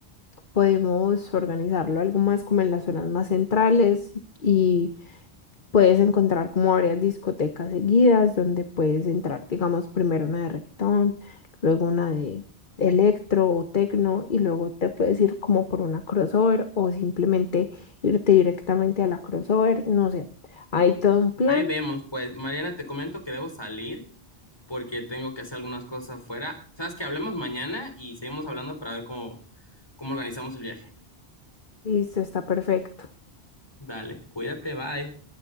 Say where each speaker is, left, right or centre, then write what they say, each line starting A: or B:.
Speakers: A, on the left; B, on the left.
A: podemos organizarlo algo más como en las zonas más centrales y Puedes encontrar como varias discotecas seguidas donde puedes entrar, digamos, primero una de reggaetón, luego una de electro o tecno y luego te puedes ir como por una crossover o simplemente irte directamente a la crossover, no sé. Hay todo un plan,
B: Ahí vemos, pues, Mariana, te comento que debo salir porque tengo que hacer algunas cosas afuera. Sabes que hablemos mañana y seguimos hablando para ver cómo, cómo organizamos el viaje.
A: listo, está perfecto.
B: Dale, cuídate, bye.